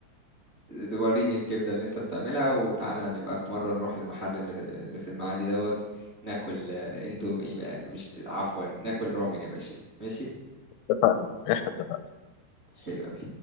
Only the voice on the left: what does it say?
اتفقنا احنا اتفقنا